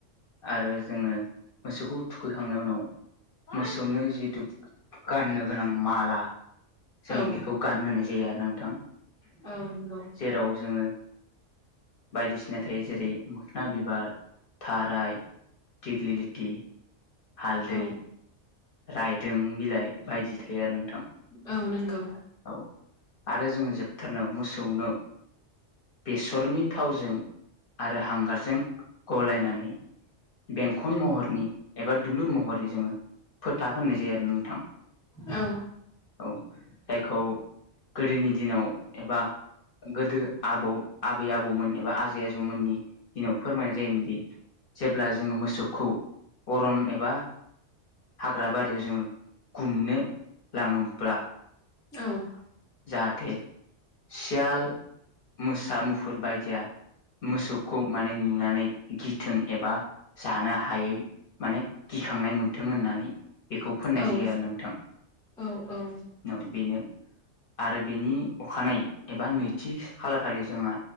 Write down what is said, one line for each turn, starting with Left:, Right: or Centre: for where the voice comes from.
Left: आरो जोङो मोसौखौ थुखैखांनायनि उनाव मोसौनो जिथु गाननो गोनां माला जों
Centre: औ
Left: बेखौ गानहोनाय जायो आरो नोंथां
Centre: औ नंगौ
Left: जेराव जोङो बायदिसिना थायो जेरै मोखना बिबार थाराय दिग्लिलिटि हालदै
Centre: औ
Left: रायदों बिलाइ बायदि थायो आरो नोंथां
Centre: औ नोंगौ
Left: औ आरो जोङो जोबथारनायाव मोसौनो बेसरनि थावजों आरो हांगारजों गलायनानै बेंखन महरनि एबा दुलुर महरनि जोङो फोथा फोननाय जायो आरोना नोंथां
Centre: औ
Left: औ जायखौ गोदोनि दिनाव एबा गोदो आबौ आबै आबौमोन एबा आजै आजौमोननि दिनाव फोरमायनाय जायोमोनदि जेब्ला जोङो मोसौखौ अरन एबा हाग्रा बारियाव जोङो गुमनो लाङोब्ला
Centre: औ
Left: जाहाथे सियाल मोसा मुफुर बायदिया मोसौखौ माने नुनानै गिथों एबा जानो हायै माने गिखांनाय मोनथों होननानै बेखौ फोननाय
Centre: औ
Left: जायो आरो नोंथां
Centre: औ औ
Left: नौ बेनो
Centre: <inaudible>
Left: आरो बेनि अखानाय एबा नैथि खालारखालि जोंहा